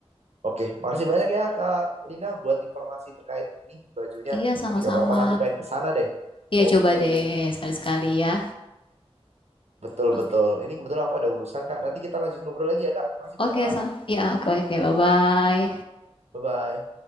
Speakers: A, on the right; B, on the left.
A: Oke, makasih banyak ya Kak Lina buat informasi terkait ini bajunya.
B: iya sama-sama
A: Nanti kapan-kapan aku pengen ke sana deh.
B: iya
A: Oke.
B: coba deh sekali-sekali
A: Hmm, hmm.
B: ya
A: betul
B: oke
A: betul. Ini kebetulan aku ada urusan Kak. Nanti kita lanjut ngobrol lagi ya Kak. Makasih banyak
B: oke
A: Kak.
B: Sa. iya oke oke bye bye
A: Bye bye.